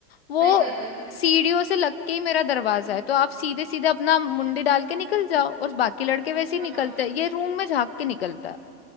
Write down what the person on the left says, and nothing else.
वो
सीढ़ियों से लग के ही मेरा दरवाजा है तो आप सीधे सीधे अपना मुंडी डाल के निकल जाओ और बाकी लड़के वैसे
ही निकलते हैं ये रूम में झांक के निकलता है